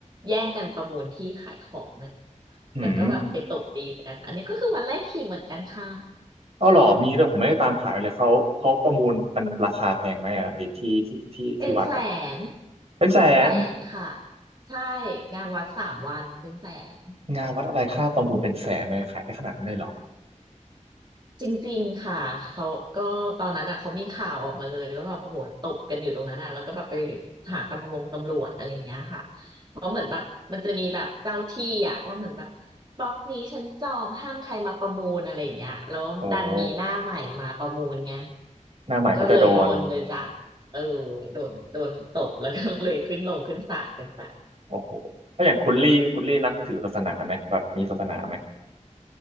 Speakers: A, on the right; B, on the right.
A: แย่งกันประมูลที่ขายของนะ
B: อืม
A: แล้วก็แบบไปตบตีกันอันนี้ก็คือวัดไร่ขิงเหมือนกันค่ะ
B: เอาเหรอมีด้วยผมไม่ได้ตามข่าวเลยเขาเขาประมูลกันราคาแพงไหมอะไอ้ที่ที่ที่ที่วัดอะ
A: เป็นแสน
B: เป็นแสน
A: เป็นแสนค่ะใช่งานวัดสามวันเป็นแสน
B: งานวัดอะไรค่าประมูลเป็นแสนเลยขายได้ขนาดนั้นเลยเหรอ
A: จริงๆค่ะ เขาก็ตอนนั้นอ่ะเขามีข่าวออกมาเลยว่าแบบโอ้โหตบกันอยู่ตรงนั้นอ่ะแล้วก็แบบไปหาตำรวจตำรวจอะไรอย่างเงี้ยค่ะเพราะเหมือนแบบมันจะมีแบบเจ้าที่อ่ะว่าเหมือนแบบบล็อกนี้ฉันจองห้ามใครมาประมูลอะไรอย่างเงี้ยแล้วดันมีหน้าใหม่มาประมูลไง
B: โอ้โหหน้าใหม่ก็จะโดน
A: ก็เลยโดนเลยจ้ะเออโดนโดนตบแล้วก็เลยขึ้นลงขึ้นศาลกันไป
B: โอ้โหถ้าอย่างคุณลี่คุณลี่นับถือศาสนาไหมแบบมีศาสนาไหม